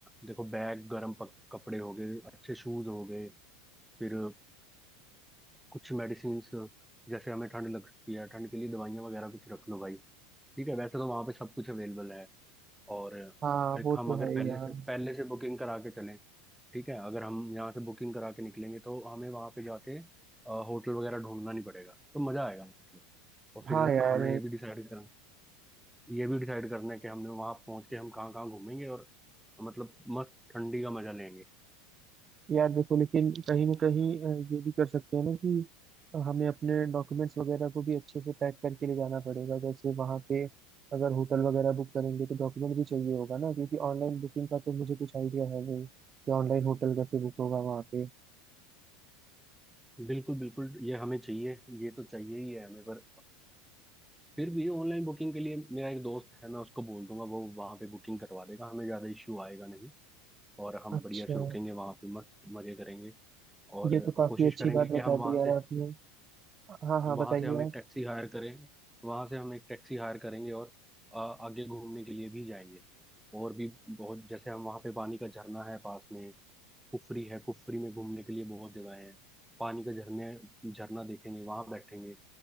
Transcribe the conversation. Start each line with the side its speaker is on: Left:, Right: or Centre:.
Centre: देखो बैग गर्म पक- कपड़े हो गए अच्छे शूज हो गए फिर कुछ मेडिसिन जैसे हमें ठंड लगती है ठंड के लिए दवाइयाँ वगैरह कुछ रख लो भाई ठीक है वैसे तो वहाँ पे सब कुछ अवेलेबल है और
Right: हाँ
Centre: एक
Right: वो
Centre: हम
Right: तो
Centre: अगर
Right: है
Centre: पहले
Right: ही यार
Centre: से पहले से बुकिंग करा के चलें ठीक है अगर हम यहाँ से बुकिंग करा के निकलेंगे तो हमें वहाँ पे जाके होटल वगैरह ढूंढना नहीं पड़ेगा तो मज़ा आएगा मतलब और फिर
Right: हाँ यार
Centre: हमें ये भी डिसाइड करना ये भी डिसाइड करना है कि हमने वहाँ पहुँच के हम कहाँ कहाँ घूमेंगे और मतलब मस्त ठंडी का मज़ा लेंगे
Right: यार देखो लेकिन कहीं ना कहीं अ, ये भी कर सकते हैं ना कि हमें अपने डॉक्यूमेंट्स वगैरह को भी अच्छे से पैक करके ले जाना पड़ेगा जैसे वहाँ पे अगर होटल वगैरह बुक करेंगे तो डॉक्यूमेंट भी चाहिए होगा ना क्योंकि ऑनलाइन बुकिंग का तो मुझे कुछ आइडिया है नहीं कि ऑनलाइन होटल कैसे बुक होगा वहाँ पे
Centre: बिल्कुल बिल्कुल ये हमें चाहिए ये तो चाहिए ही है हमें पर फिर भी ऑनलाइन बुकिंग के लिए मेरा एक दोस्त है मैं उसको बोल दूंगा वो वहाँ पे बुकिंग करवा देगा हमें ज़्यादा इश्यू आएगा नहीं और हम
Right: अच्छा
Centre: बढ़िया से रुकेंगे वहाँ पे मस्त मज़े करेंगे और
Right: ये तो काफी
Centre: कोशिश
Right: अच्छी
Centre: करेंगे
Right: बात
Centre: कि
Right: बता
Centre: हम वहाँ
Right: दी यार
Centre: से
Right: आपने हाँ हाँ
Centre: वहाँ
Right: बताइए
Centre: से हम एक
Right: आप
Centre: टैक्सी हायर करें वहाँ से हम एक टैक्सी हायर करेंगे और आ, आगे घूमने के लिए भी जाएंगे और भी बहुत जैसे हम वहाँ पे पानी का झरना है पास में कुफरी है कुफरी में घूमने के लिए बहुत जगह है पानी का झरने झरना देखेंगे वहाँ बैठेंगे